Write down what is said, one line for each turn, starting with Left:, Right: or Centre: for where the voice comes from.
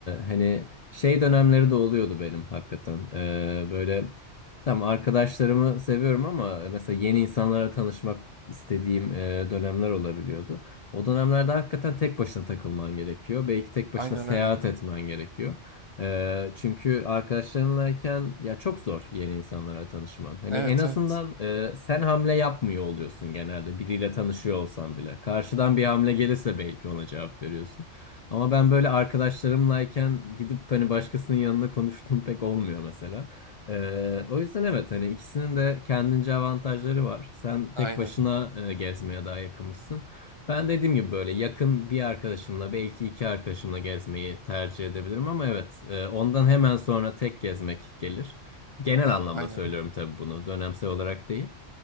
Left: hani şey dönemleri de oluyordu benim hakikaten. E, böyle tam arkadaşlarımı seviyorum ama mesela yeni insanlara tanışmak istediğim e, dönemler olabiliyordu. O dönemlerde hakikaten tek başına takılman gerekiyor. Belki tek başına
Right: Aynen
Left: seyahat
Right: öyle.
Left: etmen gerekiyor. Ee, çünkü arkadaşlarınlayken ya çok zor yeni insanlara tanışman. Hani
Right: Evet
Left: en azından
Right: evet.
Left: e, sen hamle yapmıyor oluyorsun genelde biriyle tanışıyor olsan bile. Karşıdan bir hamle gelirse belki ona cevap veriyorsun. Ama ben böyle arkadaşlarımlayken gidip hani başkasının yanında konuştuğum pek olmuyor mesela. Ee, o yüzden evet hani ikisinin de kendince avantajları var. Sen tek
Right: Aynen.
Left: başına e, gezmeye daha yakınmışsın. Ben dediğim gibi böyle yakın bir arkadaşımla belki iki arkadaşımla gezmeyi tercih edebilirim ama evet e, ondan hemen sonra tek gezmek gelir. Genel anlamda
Right: Aynen.
Left: söylüyorum tabii bunu dönemsel olarak değil.